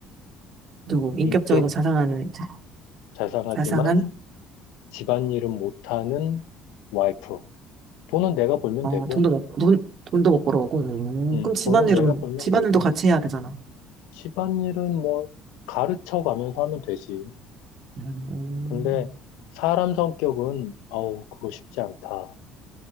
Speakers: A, on the right; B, on the left.
A: 누구, 인격적이고
B: 인격
A: 자상한, 자-
B: 자상하지만
A: 자상한,
B: 집안일은 못하는 와이프. 돈은 내가 벌면
A: 어,
B: 되고,
A: 돈도 못, 돈, 돈도 못 벌어오고. 음,
B: 음,
A: 그럼 집안일은,
B: 돈은 내가 벌면
A: 집안일도
B: 되고,
A: 같이 해야 되잖아.
B: 집안일은 뭐 가르쳐 가면서 하면 되지.
A: 음.
B: 근데 사람 성격은 아우 그거 쉽지 않다.